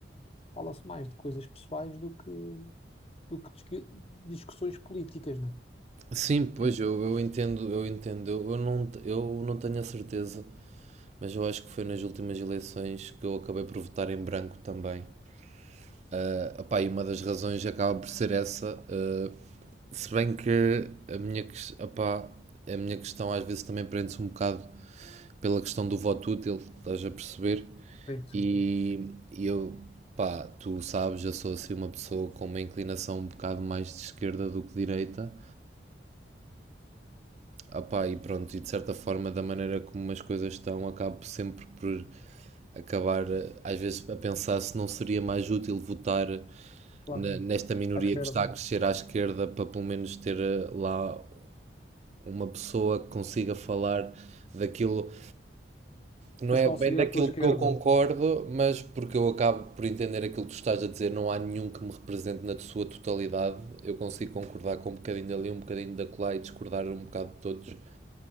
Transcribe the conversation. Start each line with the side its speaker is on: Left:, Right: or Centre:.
Left: fala-se mais de coisas pessoais do que, do que discu- discussões políticas, não
Right: Sim, pois
Left: é?
Right: eu, eu entendo, eu entendo. Eu, eu não, te- eu não tenho a certeza, mas eu acho que foi nas últimas eleições que eu acabei por votar em branco também. Ah, pá, e uma das razões acaba por ser essa. ah, se bem que a minha, ques- opá, a minha questão às vezes também prende-se um bocado pela questão do voto útil, estás a perceber?
Left: Sim, sim,
Right: E, e eu, pá, tu sabes, eu sou assim uma pessoa com uma inclinação um bocado mais de esquerda do que direita. Ah pá, e pronto, e de certa forma, da maneira como as coisas estão, acabo sempre por acabar, eh, às vezes, a pensar se não seria mais útil votar
Left: claro,
Right: ne- nesta minoria
Left: à esquerda.
Right: que está a crescer à esquerda para pelo menos ter eh, lá uma pessoa que consiga falar daquilo, não
Left: Mas
Right: é
Left: qual
Right: bem
Left: seria
Right: daquilo
Left: a tua esquerda?
Right: que eu concordo, mas porque eu acabo por entender aquilo que tu estás a dizer, não há nenhum que me represente na sua totalidade. Eu consigo concordar com um bocadinho dali, um bocadinho dacolá e discordar um bocado de todos.